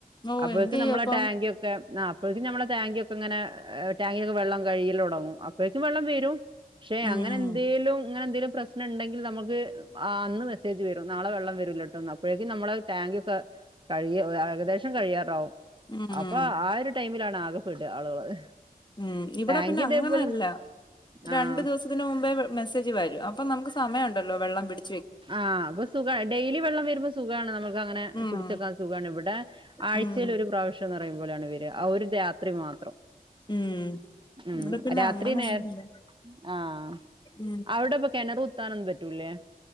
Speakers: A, on the left (about 30°); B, on the right (about 30°).
A: ഓഹ്
B: അപ്പോഴേക്ക്‌
A: എന്ത് ചെയ്യും
B: നമ്മളെ
A: അപ്പം
B: ടാങ്ക്യൊക്കെ ആഹ് അപ്പോഴേക്കും നമ്മളെ ടാങ്കിയൊക്കെങ്ങനെ ടാങ്കിക്കെ വെള്ളം കഴിയിൽ തുടങ്ങും അപ്പോഴക്കും വെള്ളം വരും ക്ഷെ
A: ഉം
B: അങ്ങനെ
A: ഉം
B: എന്തേലും അങ്ങനെന്തേലും പ്രശ്ന ണ്ടെങ്കി നമുക്ക് അന്ന് മെസ്സേജ് വരും നളെ വെള്ളം വരൂല്ലോട്ടോ അപ്പോഴേക്കും നമ്മള ടാങ്ക്യൊക്കെ കഴിയ ഏകദേശം കഴിയാറാവും
A: ഉം
B: അപ്പൊ ആ ഒരു ടൈമില ആകെ പെട ആളുകള്
A: ഉം ഇവിടെ
B: ടാങ്ക്
A: പിന്നെ
B: ഇതേപോലെ
A: അങ്ങനല്ല
B: ആഹ്
A: രണ്ടു ദിവസത്തിന് മുമ്പേ വെ മെസ്സേജ് വരും അപ്പം നമുക്ക് സമയ ഉണ്ടല്ലോ വെള്ളം പിടി
B: ആഹ് അപ്പൊ സുഖ ഡെയിലി വെള്ളം വരുമ്പോ സുഖാണ് നമ്മുക്ക് അങ്ങനെ
A: ഉം
B: പിടിച്ചെക്കാൻ സുഖാണ് ഇവിടെ ആഴ്ചയിൽ
A: ഉം
B: ഒരു പ്രാവശ്യം എ പറയുമ്പോളാണ് വര ആ ഒരു രാത്രി മാത്രം.
A: ഉം
B: ഉം
A: ഇവിടെ പിന്നെ
B: രാത്രി
A: അങ്ങനെയൊന്നുമില്ല
B: നേർ ആഹ്
A: ഉം
B: അവിടെപ്പൊ കെണറു കു ത്താനൊന്നും പറ്റൂലേ